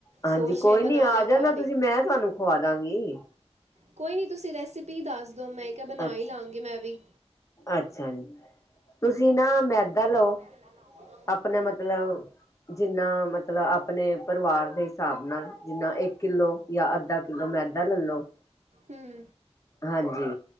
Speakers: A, on the left; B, on the right.
A: ਹਾਂਜੀ
B: ਸੋਚ
A: ਕੋਈ
B: ਰੀਆ
A: ਨੀ
B: ਬਨਾਲਾ
A: ਆ ਜਾਣਾ
B: ਘਰ
A: ਤੁਸੀਂ
B: ਹੀ।
A: ਮੈਂ ਤੁਹਾਨੂੰ ਖਵਾਦਾਂਗੀ।
B: ਕੋਈ ਨੀ ਤੁਸੀਂ ਰੈਸਪੀ ਦੱਸ ਦੋ ਮੈਂ ਕੇਹਾ ਬਣਾ
A: ਅੱਛਾ
B: ਹੀ ਲਵਾਂਗੀ ਮੈਂ ਵੀ।
A: ਅੱਛਾ ਜੀ‌ ਤੁਸੀਂ ਨਾ ਮੈਦਾ ਲਓ
B: ਹੇਲੋ। <inaudible>
A: ਆਪਨੇ ਮਤਲਬ ਜਿੰਨਾ ਮਤ ਲਬ ਆਪਣੇ ਪਰਵਾਰ ਦੇ ਹਿਸਾਬ ਨਾਲ ਜਿੰਨਾ ਏਕ ਕਿੱਲੋ ਜਾਂ ਅੱਧਾ ਕਿੱਲੋ ਮੈਦਾ ਲੈਲੋ।
B: ਹਮ
A: ਹਾਂਜੀ